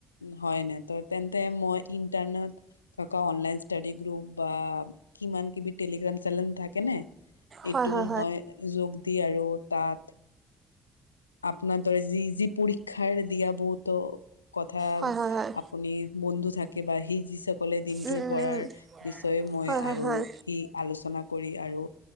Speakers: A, on the left; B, on the right.
A: হয় ন ত। মই ইণ্টাৰনেট। থকা অনলাইন ষ্টাডি গ্ৰুপ বা কিমান কিবি টেলিগ্ৰাম চেনেল থাকেনে। এইটো
B: হয় হয়
A: মই যোগ দি আৰু তাত। আপোনাৰ দৰে যি যি পৰীক্ষাৰ দিয়া বহুতো কথা
B: হয় হয় হয় হয়
A: আপুনি। বন্ধু থাকে বা সি যিসকলে দিনটোৰ
B: উম উম
A: পাৰ
B: উম
A: বিষয়ে মই
B: হয় হয়
A: আৰু
B: হয়
A: কি আলোচনা কৰি আৰু